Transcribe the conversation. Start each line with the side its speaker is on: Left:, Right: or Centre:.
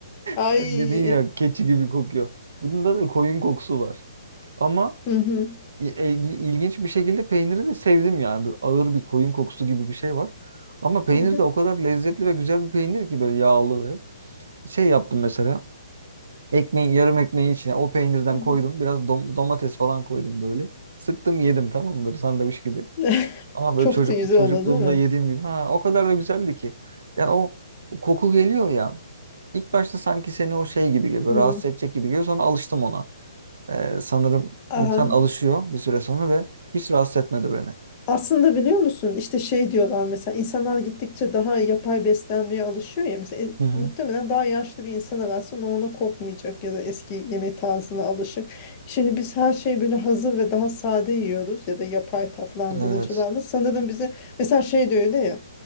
Left: Ay.
Right: Sen dedin ya keçi gibi kokuyor. Bunda da koyun kokusu var. Ama
Left: Hı hı,
Right: İ- e, ilginç bir şekilde peyniri de sevdim yani. Böyle ağır bir koyun kokusu gibi bir şey var. Ama peynir
Left: hı hı,
Right: de o kadar lezzetli ve güzel bir peynir ki böyle yağlı ve şey yaptım mesela. Ekmeğin yarım ekmeğin içine o peynirden
Left: hı hı.
Right: koydum. Biraz dom- domates falan koydum böyle. Sıktım yedim tamam mı böyle sandviç gibi.
Left: <laughs>
Right: Ama böyle
Left: Çok
Right: çocuk
Left: da güzel
Right: çocukluğumda
Left: oldu değil mi?
Right: yediğim gibi. Ha, o kadar da güzeldi ki. Yani o, o koku geliyor ya. İlk başta sanki seni o şey gibi geliyor.
Left: Hı.
Right: Rahatsız
Left: Hı.
Right: edecek gibi geliyor. Sonra alıştım ona. Ee, sanırım
Left: Aha.
Right: insan alışıyor bir süre sonra ve hiç rahatsız etmedi beni.
Left: Aslında biliyor musun işte şey diyorlar mesela insanlar gittikçe daha yapay beslenmeye alışıyor ya mesela e,
Right: Hı hı.
Left: muhtemelen daha yaşlı bir insana versen o ona kokmayacak ya da eski yemek tarzına alışık. Şimdi biz her şeyi böyle hazır ve daha sade yiyoruz ya da yapay tatlandırıcılarla
Right: Evet.
Left: sanırım bize mesela şey de öyle ya